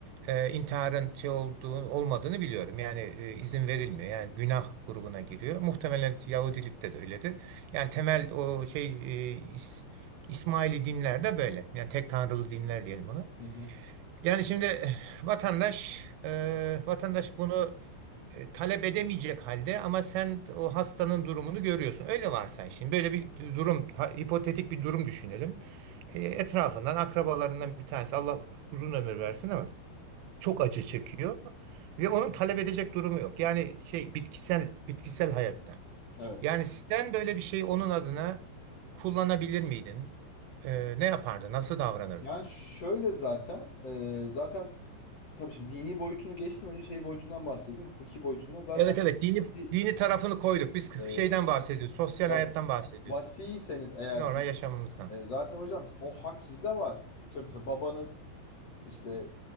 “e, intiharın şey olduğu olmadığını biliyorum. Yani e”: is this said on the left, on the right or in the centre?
Right